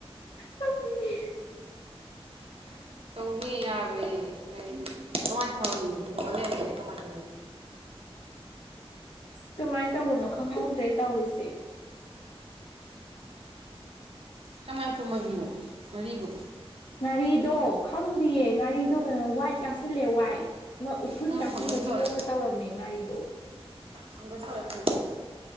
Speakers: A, on the left; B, on the right.
A: ꯀꯥꯞꯅꯤꯡꯉꯦ꯫꯫ <unintelligible>
B: ꯇꯧꯅꯤ ꯌꯥꯔꯣꯏꯌꯦ ꯅꯣꯏꯗꯤ꯫꯫ <unintelligible> <unintelligible>
A: ꯀꯃꯥꯏꯅ ꯇꯧꯕꯅꯣ ꯈꯪꯍꯧꯗ꯭ꯔꯦ ꯇꯧꯔꯤꯁꯦ꯫
B: ꯀꯃꯥꯏ ꯄꯨꯝ ꯃꯝꯃꯤꯅꯣ ꯉꯥꯔꯤꯕꯨ꯫
A: ꯉꯥꯔꯤꯗꯣ ꯈꯪꯗꯌꯦ ꯉꯥꯔꯤꯗꯣ ꯀꯩꯅꯣ ꯋꯥꯏꯠ ꯀꯥꯁꯤꯜꯂꯑꯦ ꯋꯥꯏꯠ꯫ ꯑꯃ ꯎꯐꯨꯟ
B: ꯎꯝ
A: ꯀꯥꯁꯤꯟꯕꯒꯤ
B: ꯐꯪꯒꯁ ꯇꯧꯔꯦ
A: ꯃꯑꯣꯡꯗ ꯇꯧꯔꯝꯃꯦ ꯉꯥꯔꯤꯗꯣ꯫
B: ꯐꯪꯒꯁ ꯇꯧꯔꯦ ꯐꯪꯒꯁ